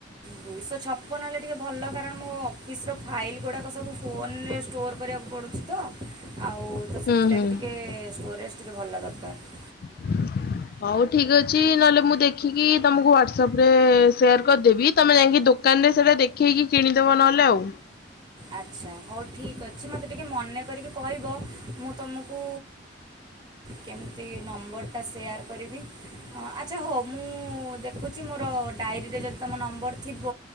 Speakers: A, on the right; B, on the left.
A: ଦୁଇଶ ଛପନ ହେଲେ ଟିକେ ଭଲ, କାରଣ ମୋ ଅଫିସ ର ଫାଇଲ୍ ଗୁଡ଼ାକ ସବୁ ଫୋନ୍ ରେ ଷ୍ଟୋର କରିବାକୁ ପଡୁଛି ତ। ଆଉ ତ
B: ହୁଁ
A: ସେଥିଲାଗି
B: ହୁଁ।
A: ଟିକେ ଷ୍ଟୋରେଜ୍ ଟିକେ ଭଲ ଦରକାର।
B: <unintelligible> ହଉ ଠିକ୍ ଅଛି ନହେଲେ ମୁଁ ଦେଖିକି ତମକୁ ହ୍ଵାଟସଆପ ରେ ସେୟାର କରିଦେବି। ତମେ ଯାଇକି ଦୋ ଦୋକାନ ରେ ସେଇଟା ଦେଖେଇକି କିଣିଦବ ନହେଲେ ଆଉ।
A: ଆଚ୍ଛା ହଉ ଠିକ୍ ଅଛି। ମୋତେ ଟିକେ ମନେ କରିକି କହିବ। ମୁଁ ତମକୁ କେମିତି ନମ୍ବର ଟା ସେୟାର୍ କରିବି? ହଁ, ଆଚ୍ଛା ହଉ ମୁଁ ଦେଖୁଛି ମୋର ଡାଏରୀରେ ଯଦି ତମ ନମ୍ବର ଥିବ